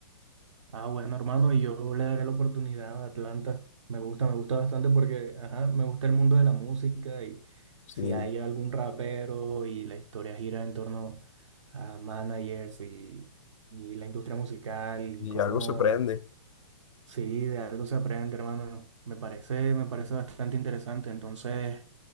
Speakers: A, on the right; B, on the left.
A: Ah, bueno, hermano, y yo le daré la oportunidad a Atlanta. Me gusta, me gusta bastante porque, ajá, me gusta el mundo de la música y si
B: Si,
A: hay algún rapero y la historia gira en torno a managers y, y la industria musical
B: si
A: y cómo,
B: algo se prende,
A: sí, de algo se aprende, hermano. Me parece, me parece bastante interesante. Entonces,